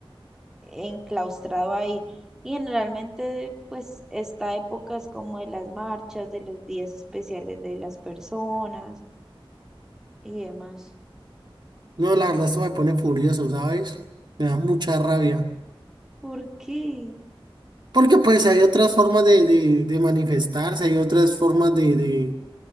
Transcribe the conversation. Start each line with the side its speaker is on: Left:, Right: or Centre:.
Centre: enclaustrado ahí. Y generalmente, pues, esta época es como de las marchas, de los días especiales de las personas y demás.
Right: No, la verdad esto me pone furioso, ¿sabes? Me da mucha rabia.
Centre: ¿Por qué?
Right: Porque pues hay otras formas de, de, de manifestarse, hay otras formas de, de,